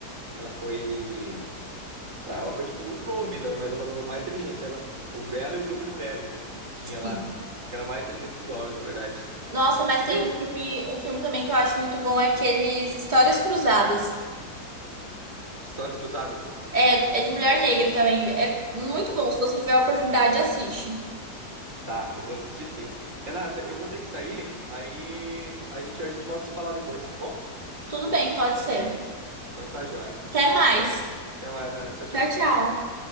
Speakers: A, on the right (about 50°); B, on the right (about 25°).
A: Ela foi. Ah, ela foi, tipo, não promovida, né? Mas ela era uma das mais inteligentes. Ela, o, ela e o grupo de mulheres, né? Que tinha
B: Sim.
A: lá. Que era mais inteligente que os homens, na verdade.
B: Nossa,
A: <laughs>
B: mas
A: Viu?
B: tem um filme, um filme também que eu acho muito bom, é aqueles Histórias Cruzadas.
A: Histórias cruzadas.
B: É, é de mulher negra também. É muito
A: Aham.
B: bom. Se você tiver a oportunidade, assiste.
A: Tá, eu vou assistir sim. Renata, eu vou ter que sair. Aí a gente, a gente volta a se falar depois, tá bom?
B: Tudo bem, pode ser.
A: Então tá joia.
B: Até mais.
A: Até mais, Renata. Tchau, tchau.
B: Tchau, tchau.